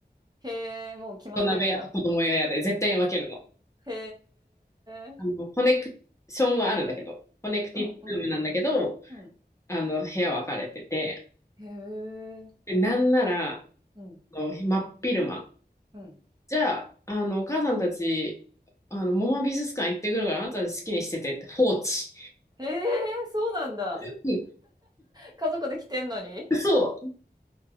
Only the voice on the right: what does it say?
へえ、もう決まってるんだ。
へえ。
うんうんうん。
へえ。
うん
うん。
へえ、そうなんだ。
家族で来てんのに？